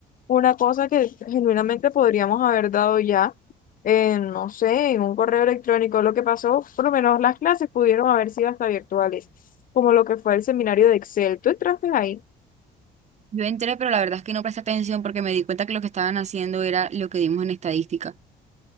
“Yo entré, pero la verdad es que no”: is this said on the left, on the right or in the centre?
Right